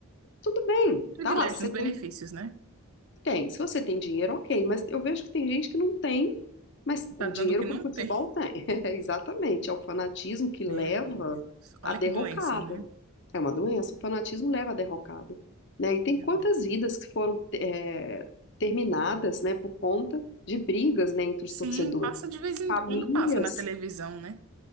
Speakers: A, on the left; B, on the right.
A: Tudo bem,
B: Privilégios,
A: tá lá. Você
B: benefícios,
A: tem
B: né?
A: Tem. Se você tem dinheiro, ok. Mas eu vejo que tem gente que não tem, mas o
B: Tá dando
A: dinheiro
B: o que não
A: para o futebol
B: tem.
A: tem. <laughs> É, Exatamente. É o fanatismo que
B: Meu
A: leva
B: Deus. Olha
A: à derrocada.
B: que doença, né?
A: É uma doença. O fanatismo leva à derrocada. Né? E tem
B: Meu
A: quantas
B: Deus.
A: vidas que foram é, terminadas, né, por conta de brigas, né, entre
B: Sim,
A: os torcedores.
B: passa de vez em
A: Famílias.
B: quando, passa na televisão, né?